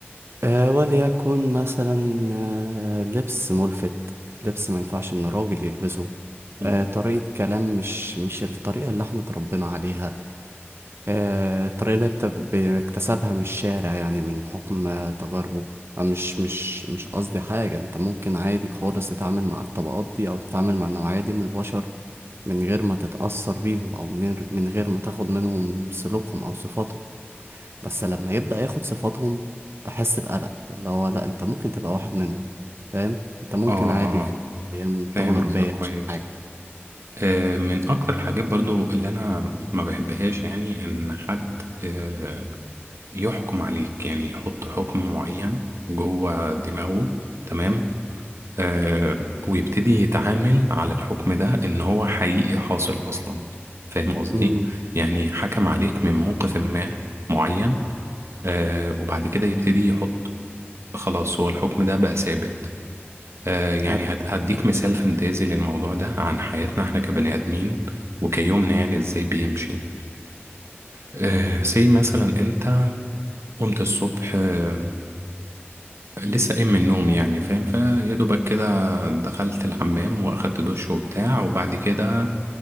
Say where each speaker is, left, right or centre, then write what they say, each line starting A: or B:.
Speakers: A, on the right; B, on the right.
A: آه وليكن مثلا آه لبس ملفت لبس ما ينفعش ان راجل يلبسه
B: مم.
A: آه طريقة كلام مش مش الطريقة اللي احنا اتربينا عليها آه، الطريقة اللي بت- بيكتسبها من الشارع يعني من حكم آه، تجاربه آه، مش مش مش قصدي حاجة انت ممكن عادي خالص تتعامل مع الطبقات دي او تتعامل مع النوعية دي من البشر من غير ما تتأثر بيهم او من غير من غير ما تاخد منهم سلوكهم او صفاتهم بس لما يبدأ ياخد صفاتهم بحس بقلق اللي هو لا انت ممكن تبقى واحد منهم فاهم انت ممكن
B: اه اه
A: عادي في ايام
B: فاهم
A: تغدر
B: قصدك
A: بيا
B: كويس
A: عشان حاجة
B: آه، من اكتر حاجات برضو اللي انا ما بحبهاش يعني ان حد آه، يحكم عليك يعني يحط حكم معين جوه دماغه تمام آه ويبتدي يتعامل على الحكم ده إن هو حقيقي حاصل أصلا فاهم قصدي؟
A: امم
B: يعني حكم عليك من موقف ما معين آه وبعد كده يبتدي يحط خلاص هو الحكم ده بقى ثابت آه يعني
A: ايوه
B: هد- هديك
A: أيوة.
B: مثال فانتازي للموضوع ده عن حياتنا احنا كبني آدمين وكيومنا يعني ازاي بيمشي آه سي مثلا انت قمت الصبح آه لسه قايم من النوم يعني فاهم فيا دوبك كده دخلت الحمام واخدت دش وبتاع وبعد كده